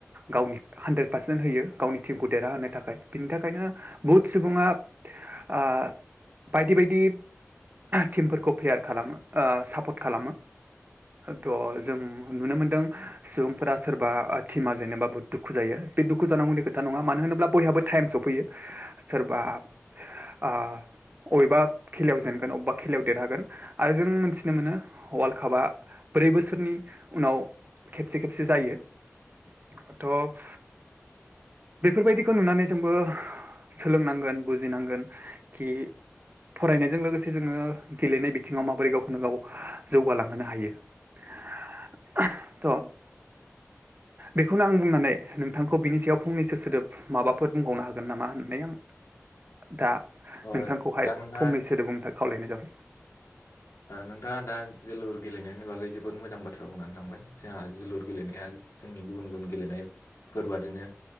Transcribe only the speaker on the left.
ओ
दा नोंथाङा
नोंथाङा दा जोलुर गेलेनायनि नि बागै जोबोर मोजां बाथ्रा बुंनानै थांबाय, जोंहा जोलुर गेलेनाया जोंनि गुबुन गुबुन गेलेनाय फोरबादिनो